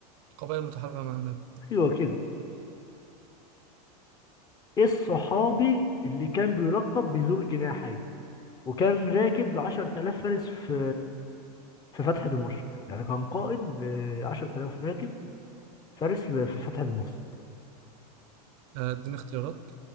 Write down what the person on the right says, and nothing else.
القبائل المتحاربة مع النبي
آه، اديني اختيارات